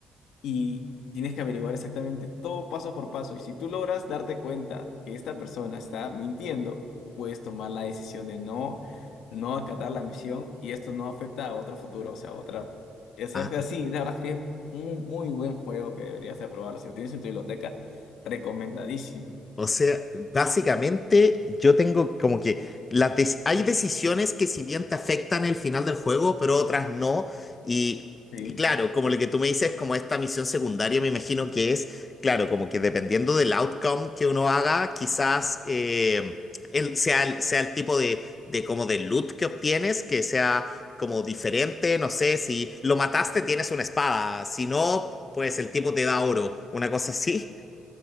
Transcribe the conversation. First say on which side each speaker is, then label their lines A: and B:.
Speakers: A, on the left; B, on the left.
A: y tienes que averiguar exactamente todo paso por paso. Y si tú logras darte cuenta que esta persona está mintiendo, puedes tomar la decisión de no, no acatar la misión y esto no afecta a otro futuro, o sea, a otra. Es
B: Ah,
A: es así, la verdad es que es un muy buen juego que deberías de probarlo. Si lo tienes en tu biblioteca, recomendadísimo.
B: O sea, básicamente yo tengo como que las des- hay decisiones que si bien te afectan el final del juego, pero otras no. Y,
A: Sí.
B: y claro, como lo que tú me dices, como esta misión secundaria, me imagino que es, claro, como que dependiendo del outcome que uno haga, quizás eh, el- sea, el, sea el tipo de, de como de loot que obtienes, que sea como diferente, no sé, si lo mataste tienes una espada, si no, pues el tipo te da oro, una cosa así.